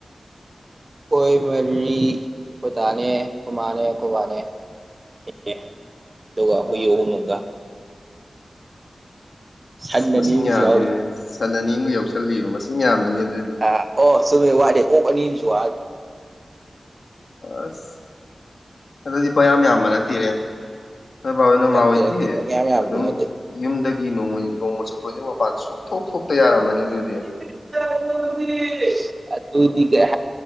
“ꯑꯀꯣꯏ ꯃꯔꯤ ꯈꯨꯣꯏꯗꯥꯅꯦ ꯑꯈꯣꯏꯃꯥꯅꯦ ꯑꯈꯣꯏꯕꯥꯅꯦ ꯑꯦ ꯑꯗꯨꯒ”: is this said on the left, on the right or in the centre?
Right